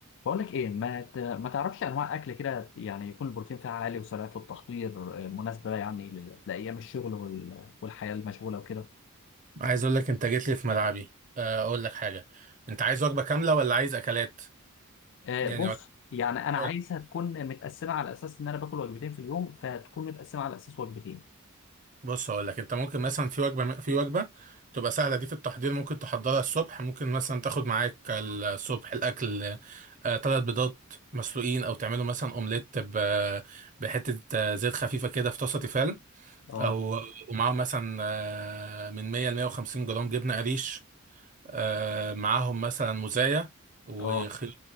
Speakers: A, on the left (about 60°); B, on the right (about 40°).
A: بقول لك ايه ما ت- ما تعرفش انواع اكل كده يعني يكون البروتين فيها عالي وسرعه التحضير آه، مناسبه يعني ل- لايام الشغل وال- والحياه المشغوله وكده
B: عايز اقول لك انت جيت لي في ملعبي آه، اقول لك حاجه انت عايز وجبه كامله ولا عايز اكلات
A: آه،
B: يعني
A: بص
B: ولا-
A: يعني انا
B: أقول-
A: عايزها تكون متقسمه على اساس ان انا باكل وجبتين في اليوم فهتكون متقسمه على اساس وجبتين
B: بص اقول لك انت ممكن مثلا في وجبه في وجبه تبقى سهله دي في التحضير ممكن تحضرها الصبح ممكن مثلا تاخد معاك الصبح الاكل آه، ثلاث بيضات مسلوقين او تعملوا مثلا اومليت ب- بحته آه، زيت خفيفه كده في طاسه تيفال
A: اه
B: او ومعاهم مثلا آه، من 100 ل 150 جرام جبنه قريش آه، معاهم مثلا مزايا وخيار
A: اه